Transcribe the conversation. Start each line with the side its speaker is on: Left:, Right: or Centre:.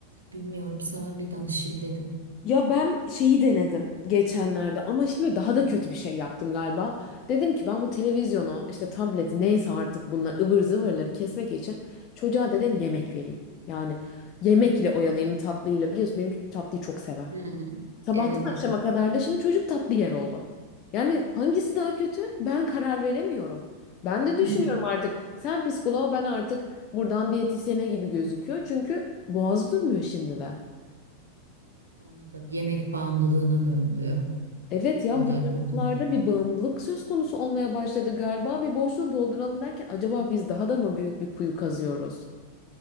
Right: bilmiyorum sana bir danışayım dedim.
Left: Ya ben şeyi denedim geçenlerde ama şimdi daha da kötü bir şey yaptım galiba. Dedim ki ben bu televizyonu işte tableti neyse artık bunlar ıvır zıvırları kesmek için çocuğa dedim yemek vereyim. Yani yemekle oyalayayım tatlıyla biliyorsun benim tatlıyı çok sever.
Right: Hmm.
Left: Sabahtan
Right: Evet
Left: akşama
Right: evet.
Left: kadar da şimdi çocuk tatlı yer oldu. Yani hangisi daha kötü ben karar veremiyorum. Ben de düşünüyorum
Right: <laughs>
Left: artık sen psikoloğa ben artık buradan diyetisyene gibi gözüküyor çünkü boğaz durmuyor şimdi de.
Right: Anladım. Yemek bağımlılığına döndü.
Left: Evet ya
Right: O
Left: bu
Right: da
Left: çocuklarda
Right: kötü.
Left: bir bağımlılık söz konusu olmaya başladı galiba. Bir boşluğu dolduralım derken acaba biz daha da mı büyük bir kuyu kazıyoruz?